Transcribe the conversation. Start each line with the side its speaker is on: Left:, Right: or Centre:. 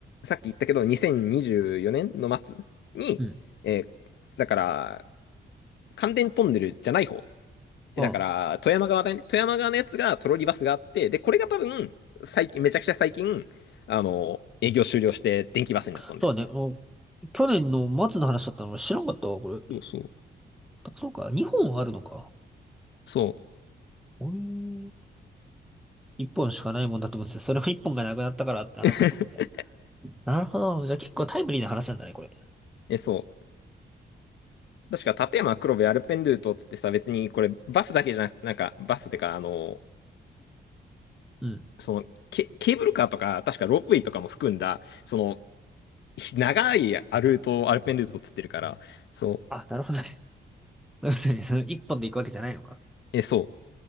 Left: さっき言ったけど、2024年の末に、
Centre: うん。
Left: えーだから、関電トンネルじゃない方。えだから、
Centre: ま
Left: 富山側だね。富山側のやつがトロリバスがあって、で、これが多分、最近、めちゃくちゃ最近、あの、営業終了して電気バスになったんだよ。
Centre: あ、そうだね。お去年の末の話だったの俺知らんかったわ、これ。
Left: そうそう。
Centre: そうか。2本あるのか。
Left: そう。
Centre: おい。1本しかないもんだと思ってた。それも1本がなくなったからって話だと思って
Left: <laughs>
Centre: た。なるほど。じゃあ結構タイムリーな話なんだね、これ。
Left: え、そう。確か、立山黒部アルペンルートっつってさ、別にこれバスだけじゃなく、なんかバスってか、あの、
Centre: うん。
Left: そのケ、ケーブルカーとか、確かロープウェイとかも含んだ、その、ひ長いアルート、アルペンルートをつってるから、そ
Centre: あ、なるほどね。要するに、その一本で行くわけじゃないのか。
Left: う、え、そ